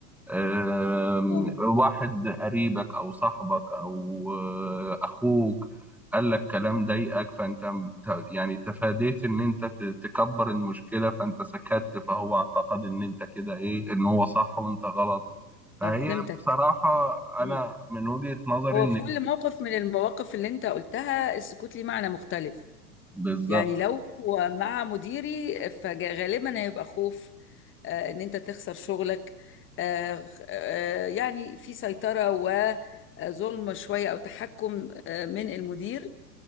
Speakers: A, in the centre; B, on the left.
A: آم،
B: اه
A: واحد قريبك او صاحبك او آه، اخوك قال لك كلام ضايقك فانت م- ت- يعني تفاديت ان انت ت- تكبر المشكله فانت سكت فهو اعتقد ان انت كده ايه ان هو صح وانت غلط فهي
B: آه، فهمتك
A: بصراحه انا
B: مم.
A: من وجهه نظري
B: هو
A: ان
B: في كل موقف من المواقف اللي انت قلتها السكوت ليه معنى مختلف
A: بالظبط
B: يعني لو مع مديري فغالبا هيبقى خوف آه، ان انت تخسر شغلك آه، آه، يعني في سيطره وظلم شويه او تحكم آه، من المدير